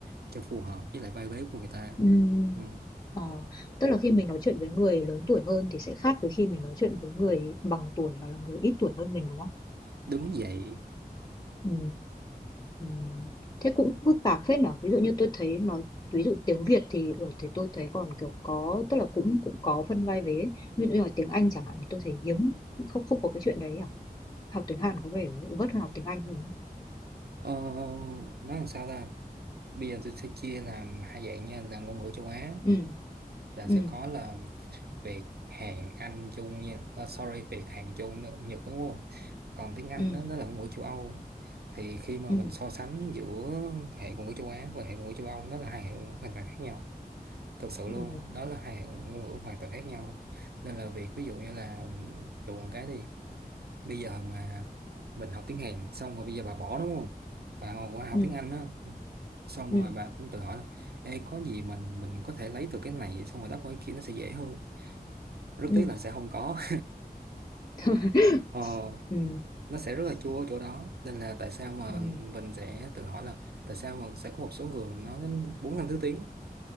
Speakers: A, on the right (about 75°); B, on the left (about 25°).
A: cho phù hợp với lại vai vế của người ta
B: ừ
A: ừ.
B: Ờ, tức là khi mình nói chuyện với người lớn tuổi hơn thì sẽ khác với khi mình nói chuyện với người bằng tuổi hoặc là người ít tuổi hơn mình đúng không?
A: Đúng vậy.
B: Ừ Ừ. Thế cũng phức tạp phết nhở Ví dụ như tôi thấy nói ví dụ tiếng Việt thì ở thì tôi thấy còn kiểu có tức là cũng cũng có phân vai vế ấy. ví dụ như là tiếng Anh chẳng hạn thì tôi thấy hiếm không không có cái chuyện đấy à học tiếng Hàn có vẻ vất hơn học tiếng Anh đúng không
A: Ờ, nói làm sao ta? Bây giờ tôi sẽ chia làm hai dạng nha, là ngôn ngữ châu Á
B: ừ
A: là sẽ
B: ừ
A: có là Việt, Hàn, Anh, Trung nha. Ờ, sorry, Việt, Hàn, Trung, Nhật đúng không? Còn tiếng Anh
B: ừ
A: đó, nó là ngôn ngữ châu Âu. Thì khi mà
B: ừ
A: mình so sánh giữa hệ ngôn ngữ châu Á và hệ ngôn ngữ châu Âu, nó là hai hệ ngôn ngữ hoàn toàn khác nhau. Thực sự luôn,
B: ừ
A: đó là hai hệ ngôn ngữ hoàn toàn khác nhau. Nên là việc ví dụ như là đùa một cái đi bây giờ mà mình học tiếng Hàn xong rồi bây giờ bà bỏ đúng không bà qua học
B: ừ
A: tiếng Anh đó xong
B: ừ
A: rồi bà cũng tự hỏi là Ê, có gì mình mình có thể lấy từ cái này xong rồi đắp qua cái kia nó sẽ dễ hơn rất
B: ừ
A: tiếc là sẽ không có
B: <laughs>
A: <laughs> ờ,
B: ừ
A: nó sẽ rất là chua ở chỗ đó nên là tại sao mà
B: ừ
A: mình sẽ tự hỏi là tại sao mà sẽ có một số người mà nói đến bốn năm thứ tiếng